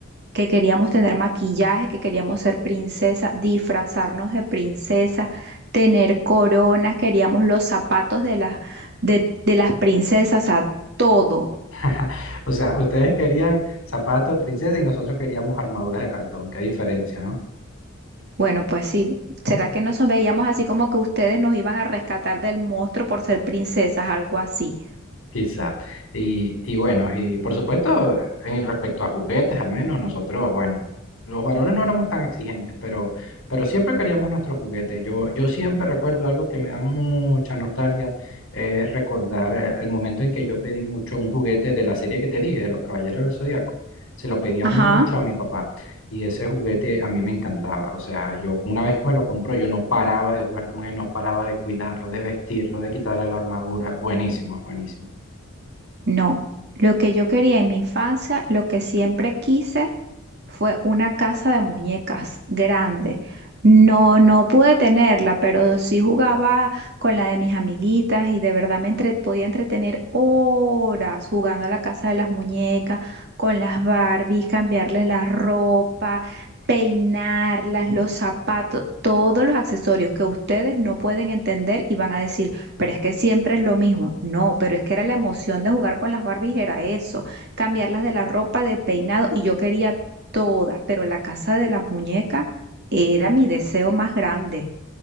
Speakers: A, on the right; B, on the left.
A: que queríamos tener maquillaje, que queríamos ser princesa, disfrazarnos de princesa, tener coronas, queríamos los zapatos de las, de, de las princesas, a todo.
B: <laughs> O sea, ustedes querían zapatos, princesa, y nosotros queríamos armaduras de cartón. Qué diferencia, ¿no?
A: Bueno, pues sí. ¿Será que nos veíamos así como que ustedes nos iban a rescatar del monstruo por ser princesas, algo así?
B: Quizá. Y, y bueno, y por supuesto, en respecto a juguetes, al menos nosotros, bueno, los varones no éramos tan exigentes, pero, pero siempre queríamos nuestros juguetes. Yo, yo siempre recuerdo algo que me da mucha nostalgia, es recordar eh, el momento en que yo pedí mucho un juguete de la serie que te dije, de los Caballeros del zodiaco Se lo pedía
A: Ajá.
B: mucho a mi papá y ese juguete a mí me encantaba. O sea, yo una vez que me lo compró, yo no paraba de jugar con él, no paraba de cuidarlo, de vestirlo, de quitarle la armadura. Buenísimo, buenísimo.
A: No, lo que yo quería en mi infancia, lo que siempre quise fue una casa de muñecas grande. No, no pude tenerla, pero sí jugaba con la de mis amiguitas y de verdad me entre- podía entretener horas jugando a la casa de las muñecas, con las Barbies, cambiarles la ropa, peinarlas, los zapatos, todos los accesorios que ustedes no pueden entender y van a decir. Pero es que siempre es lo mismo. No, pero es que era la emoción de jugar con las Barbies, era eso. Cambiarlas de la ropa, de peinado, y yo quería todas, pero la casa de las muñecas era mi deseo más grande.